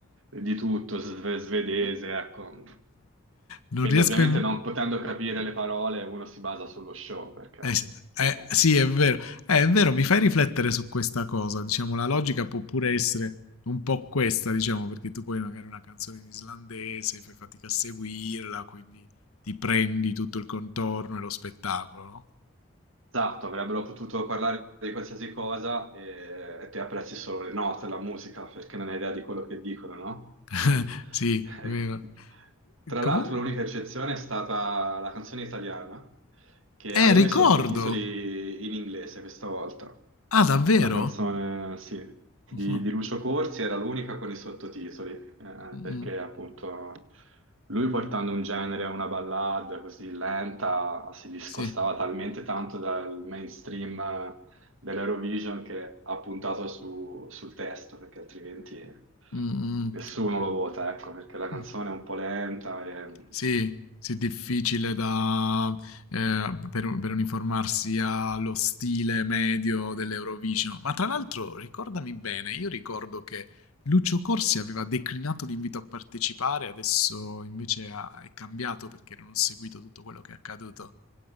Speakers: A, on the right; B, on the left.
A: di tutto, sve- svedese, ecco.
B: non
A: Quindi
B: riesco
A: ovviamente
B: a im
A: non potendo capire le parole uno si basa sullo show perché
B: eh s
A: altrimenti...
B: eh, sì è vero. Eh, è vero, mi fai riflettere su questa cosa. Diciamo la logica può pure essere un po' questa, diciamo, perché tu poi magari una canzone in islandese, fai fatica a seguirla, quindi ti prendi tutto il contorno e lo spettacolo, no?
A: Esatto, avrebbero potuto parlare di qualsiasi cosa e, e te apprezzi solo le note, la musica, perché non hai idea di quello che dicono, no?
B: <laughs>
A: Eh,
B: Eh, sì, vero.
A: eh.
B: E
A: <laughs> Tra
B: comu
A: l'altro l'unica eccezione è stata la canzone italiana, che
B: eh,
A: aveva
B: ricordo!
A: i sottotitoli in inglese questa volta.
B: Ah, davvero?
A: La canzone, sì,
B: <laughs>
A: di,
B: Mh-mh.
A: di Lucio Corsi era l'unica con i sottotitoli, eh,
B: Mh-mh.
A: perché appunto lui portando un genere, una ballad così lenta, si discostava
B: Sì.
A: talmente tanto dal mainstream eh, dell'Eurovision che ha puntato su- sul testo, perché altrimenti
B: Mh-mh.
A: nessuno lo vota, ecco, perché la canzone
B: Mh.
A: è un po' lenta e...
B: Sì, sì, difficile da, eh, per, un- per uniformarsi allo stile medio dell'Eurovision. Ma tra l'altro, ricordami bene, io ricordo che Lucio Corsi aveva declinato l'invito a partecipare, adesso invece ha- è cambiato perché non ho seguito tutto quello che è accaduto.